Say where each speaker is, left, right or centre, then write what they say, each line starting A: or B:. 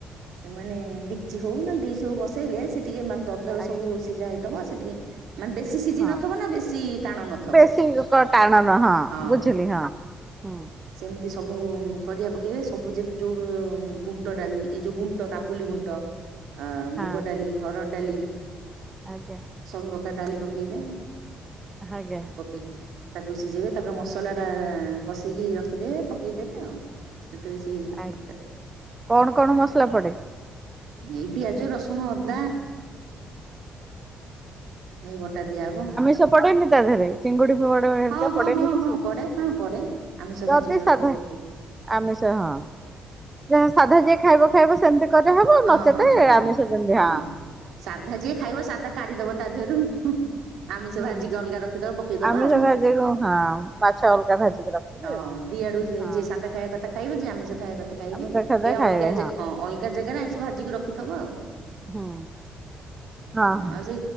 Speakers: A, on the right (about 70°); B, on the right (about 20°).
A: ସେ ମାନେ ଡେକ୍ଚି ହଉ ନ ହେଲେ ଡିସ୍ ହଉ ବସେଇଲେ ସେ ଟିକେ ମାନେ ଦରଦର
B: ଆଜ୍ଞା
A: ସବୁ। ସିଝା ହେଇଥବ ସେ ଟିକେ। ମାନେ ବେଶୀ ସିଝି
B: ହଁ
A: ନଥବ ନା ବେଶୀ ଟାଣ ନଥବ
B: ବେଶୀ ଟାଣ ନୁହଁ
A: ହଁ।
B: ବୁଝିଲି ହଁ ହୁଁ।
A: ସେମିତି ସବୁ ଉଁ ପରିବା ପକେଇବେ ସବୁ ଯେ ଯୋଉ ଉଁ ବୁଣ୍ଟ ଡାଲି। ଏଇ ଯୋଉ ବୁଣ୍ଟ, କାବୁଲି ବୁଣ୍ଟ, ଅ ମୁଗ
B: ହଁ
A: ଡାଲି, ହରଡ଼ ଡାଲି।
B: ଆଜ୍ଞା।
A: ସବୁ ପ୍ରକାର ଡାଲି ପକେଇବେ।
B: ହାଗ୍ୟା।
A: କି ତାକୁ ସିଝେଇବେ ତାପରେ ମସଲା ଟା କଷିକି ରଖିଦେବେ ପକେଇ ଦେବେ ଆଉ। ସେଥେରେ ସେ ହେଇଯିବ
B: ଆଜ୍ଞା
A: ତକାରି।
B: କଣ କଣ ମସଲା ପଡେ।
A: ଏଇ ପିଆଜ ରସୁଣ ଅଦା। ଏଇ ବଟା ଦିଆ ହବ।
B: ଛ ପଡେନି ତା ଦେହରେ ଚିଙ୍ଗୁଡି ଫି ଙ୍ଗୁଡି ଘରିକା
A: ହଁ ହଁ
B: ପଡେନି
A: ହଁ
B: କିଛି।
A: ହଁ ପଡେ ହଁ ପଡେ ଆମିଷ ଭାଜିକି
B: ଯଦି
A: ରଖିଥିବେ
B: ସାଧା
A: ପକେଇବେ
B: ଆମିଷ ହଁ। ଯେ ହଁ ସାଧା ଯିଏ ଖାଇବ ଖାଇବ ସେମିତି କରାହବ
A: ହଁ
B: ନଚେତ
A: ହଁ ହଁ।
B: ଆମିଷ ଯେମିତି
A: ହଁ
B: ହାଁ।
A: ସାଧା ଯିଏ ଖାଇବ ସାଧା କାଢିଦେବ ତା ଦେହରୁ, ହୁଁ ହୁଁ। ଆମିଷ
B: ହଁ।
A: ଭାଜିକି ଅଲଗା ରଖିଦବ ପକେଇଦବ
B: ଆମିଷ
A: ଆଉ।
B: ଭାଜିକୁ ହଁ ମାଛ ଅଲଗା ଭାଜିକି ରଖିବେ
A: ହଁ ଦିଆଡୁ ଯେ
B: ହଁ।
A: ଯିଏ ସାଧା ଖାଇବା କଥା ଖାଇବେ, ଯିଏ ଆମିଷ ଖାଇବା କଥା ଖାଇବେ,
B: ଆମିଷ ଖାଦ୍ୟ
A: ଏଇଆ
B: ଖାଇବେ
A: ଅଲଗା ଯେ ହଁ। ଅଲଗା ଜାଗାରେ ଆଇଁସ ଭାଜିକି ରଖିଥବ ଆଉ
B: ହଁ। ହଁ
A: ଅ
B: ହଁ
A: ଆଁ ସେ